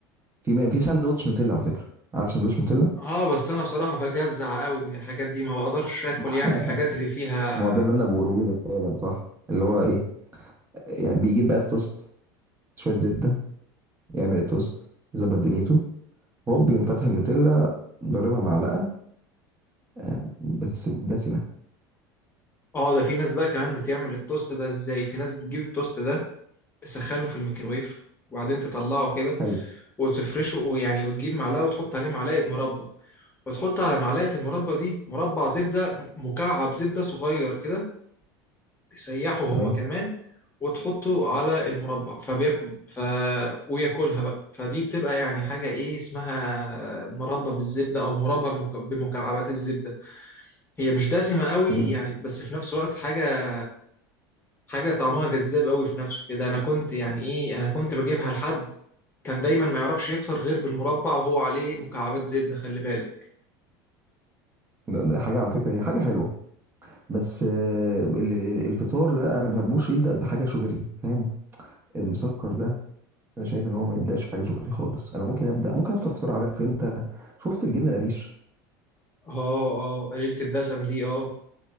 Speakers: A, on the right; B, on the left.
A: في في ساندوتش نوتيلا على فكرة عارف ساندوتش نوتيلا
B: اه بس انا بصراحة بجزع قوي من الحاجات دي ما بقدرش اكل
A: <laughs>
B: يعني الحاجات اللي فيها
A: ما هو ده اللي انا بقوله لك فعلا صح اللي هو ايه يعني بيجيب بقى التوست شويه زبده يعمل التوست يظبط دنيته هوب يقوم فاتح النوتيلا ضاربها معلقه آه، بس دسمه
B: اه ده في ناس بقى كمان بتعمل التوست ده ازاي في ناس بتجيب التوست ده تسخنه في الميكرويف وبعدين تطلعه كده
A: حلو
B: وتفرشه ويعني وتجيب معلقة وتحط عليه معلقة مربى وتحط على معلقة المربى دي مربع زبدة مكعب زبدة صغير كده تسيحه هو
A: تمام
B: كمان وتحطه على المربع فبياكل ف... وياكلها بقى فدي بتبقى يعني حاجة ايه اسمها مربى بالزبدة او مربى بمك- بمكعبات الزبدة هي مش دسمة قوي
A: مم.
B: يعني بس في نفس الوقت حاجة حاجة طعمها جذاب قوي في نفسه كده أنا كنت يعني إيه أنا كنت بجيبها لحد كان دايما ما يعرفش يفطر غير بالمربع وهو عليه مكعبات زبدة خلي بالك
A: ده, ده حاجه على فكره هي حاجه حلوه بس آه، ال- ال- الفطار ده انا ما بحبوش يبدا بحاجه شجري فاهم المسكر ده انا شايف ان هو ما يبداش بحاجه شجري خالص انا ممكن ابدا ممكن افطر فطار عارف انت شفت الجبنه القريش
B: آه آه قليلة الدسم دي آه